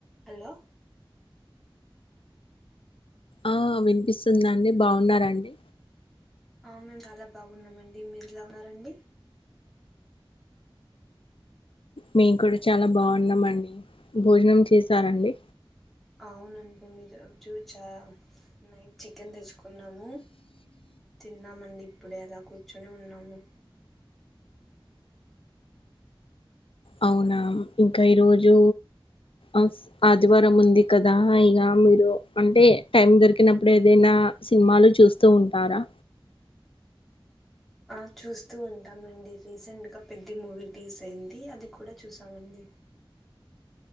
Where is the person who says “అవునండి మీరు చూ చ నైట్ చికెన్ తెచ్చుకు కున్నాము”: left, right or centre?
Centre